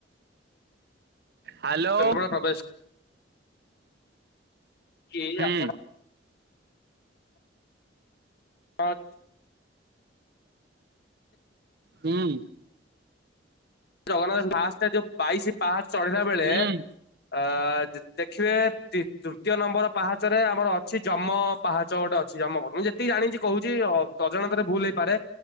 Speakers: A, on the right (about 60°); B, on the left (about 60°).
A: ହାଲୋ।
B: କେନ୍ଦ୍ରାପଡ଼ା ପ୍ରବେଶ କେ ଏଇ
A: ହୁଁ
B: ଆପଣ ହଁ।
A: ହୁଁ।
B: ଜଗନ୍ନାଥ ଫାଷ୍ଟ ଜଉ ବାଇଶି ପାହାଚ ଚଢ଼ିଲା ବେଳେ
A: ହୁଁ
B: ଅ ଜ ଦେଖିବେ ତି ତୃତୀୟ ନମ୍ବର ପାହାଚରେ ଆମର ଅଛି ଯମ ପାହାଚ ଗୋଟେ ଅଛି ଯମ କର ମୁଁ ଯେତିକି ଜାଣିଚି କହୁଚି ଅ ତତ୍ ଜଣାତରେ ଭୁଲ ହେଇପାରେ।